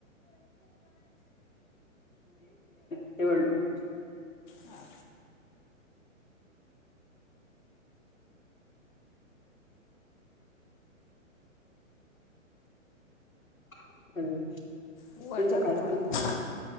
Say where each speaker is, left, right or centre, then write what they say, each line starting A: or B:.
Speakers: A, on the left; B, on the left.
A: <inaudible> <unintelligible>
B: हा.
A: हाव तुमच्या
B: उघडला आता
A: काय
B: थोडा
A: चालू
B: पाऊस
A: आहे,